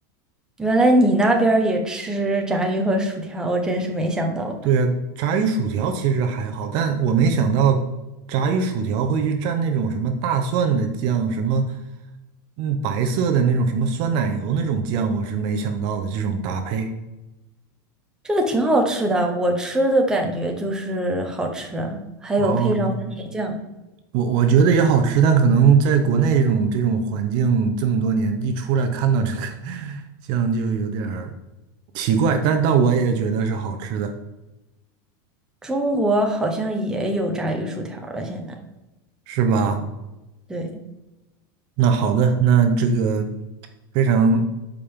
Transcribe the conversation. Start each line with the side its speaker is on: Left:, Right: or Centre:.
Centre: 原来你那边儿也吃炸鱼和薯条，我真是没想到，
Right: 对啊，炸鱼薯条其实还好，但我没想到炸鱼薯条会去蘸那种什么大蒜的酱，什么嗯白色的那种什么酸奶油那种酱，我是没想到的这种搭配。
Centre: 这个挺好吃的。我吃的感觉就是好吃啊，还有配上番茄酱。
Right: 哦，我我觉得也好吃，但可能在国内这种这种环境这么多年，一出来看到这个，<laughs> 像就有点儿奇怪。但但我也觉得是好吃的，
Centre: 中国好像也有炸鱼薯条了，现在。
Right: 是吧？
Centre: 对，
Right: 那好的，那这个非常